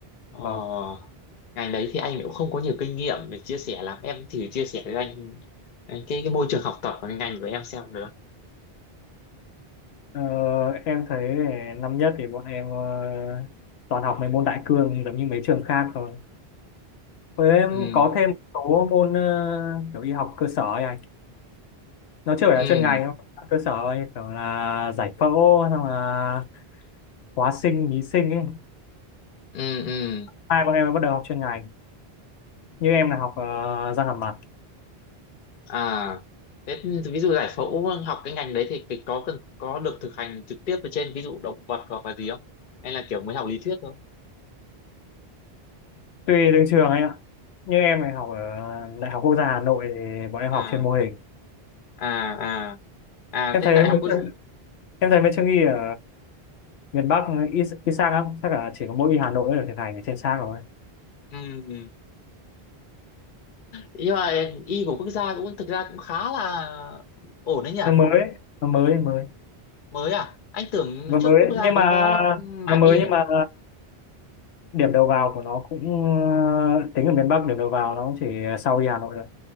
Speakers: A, on the left; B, on the left.
A: Ờ,
B: vâng
A: ngành đấy thì anh cũng không có nhiều kinh nghiệm để chia sẻ lắm em thử chia sẻ với anh, anh cái, cái môi trường học tập của cái ngành của em xem được
B: ờ, em thấy năm nhất thì bọn em ờ, toàn học mấy môn đại cương giống như mấy trường khác thôi với em
A: ừ
B: có thêm một số môn ờ, kiểu y học cơ sở ấy anh nó chưa
A: ừ
B: phải là chuyên ngành đâu cơ sở ấy, kiểu là giải phẫu xong là hóa sinh lý sinh ấy
A: ừ ừ
B: hai bọn em mới bắt đầu học chuyên ngành như em là học ờ, răng hàm mặt
A: à thế ví dụ giải phẫu học cái ngành đấy thì cái có cần có được thực hành trực tiếp ở trên ví dụ động vật hoặc là gì không hay là kiểu mới học lý thuyết thôi
B: tùy từng trường anh ạ như em này học ở đại học quốc gia Hà Nội thì bọn em
A: à
B: học trên mô hình
A: à à à
B: em
A: thế
B: thấy
A: đại
B: mấy
A: học quốc
B: trường- em thấy mấy trường y ở miền Bắc y, y sang lắm chắc là chỉ có mỗi y Hà Nội mới được thực hành ở trên sang rồi
A: ừ. nhưng mà y của quốc gia cũng thực ra cũng khá là ổn đấy nhỉ
B: nó mới nó mới mới
A: mới à anh tưởng
B: nó mới
A: trước quốc gia
B: nhưng
A: cũng
B: mà
A: có mảng
B: nó mới
A: y nhỉ
B: nhưng mà điểm đầu vào của nó cũng ờ, tính ở miền Bắc điểm đầu vào nó cũng chỉ sau y Hà Nội rồi